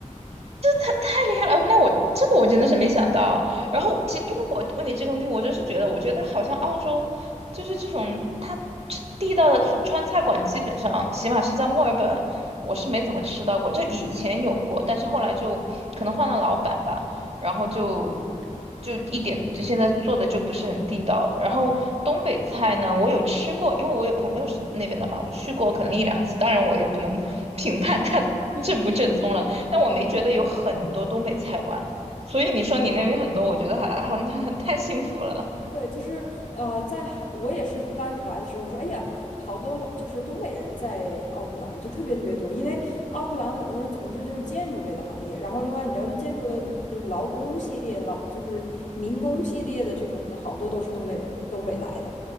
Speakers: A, on the right (about 50°); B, on the left (about 70°).
A: 这他太厉害了！那我这个我真的是没想到。
B: 嗯
A: 然后，其实因为我问你这个问题，我就是觉得，我觉得好像澳洲就是这种它吃地道的川川菜馆，基本上起码是在墨尔本，我是没怎么吃到过。就以前有过，但是后来就可能换了老板吧，然后就
B: 嗯嗯，
A: 就一点就现在做的就不是很地道了。然后东北菜呢，我有吃过，因为我有朋友是那边的嘛，我去过可能一两次，当然我也不能评判它正不正宗了。
B: 嗯嗯哼嗯
A: 但我没觉得有很多东北菜馆，所以你说你那边很多，
B: 嗯，
A: 我觉得还还还 <laughs> 太幸福了
B: 对，就是呃，在海我也是刚开始来的时候，我说哎呀，好多就是东北人在奥克兰就特别特别多，因为奥克兰很多人从事就是建筑类的行业，然后另外你知道就建筑的就是劳工系列、劳就是民工系列的这种的好多都是东北人东北来的。